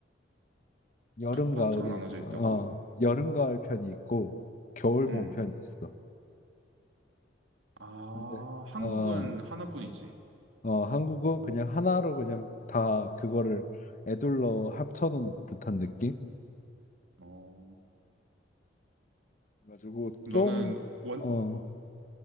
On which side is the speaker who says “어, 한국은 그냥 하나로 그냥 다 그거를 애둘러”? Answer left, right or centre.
Left